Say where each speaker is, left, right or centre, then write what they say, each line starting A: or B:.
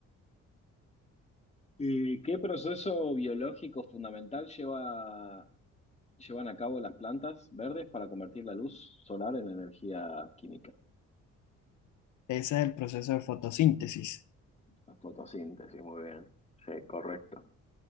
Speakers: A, on the left; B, on the left.
A: ¿Y qué proceso biológico fundamental lleva, llevan a cabo las plantas verdes para convertir la luz solar en energía química?
B: Ese es el proceso de fotosíntesis.
A: La fotosíntesis, muy bien. Sí, correcto.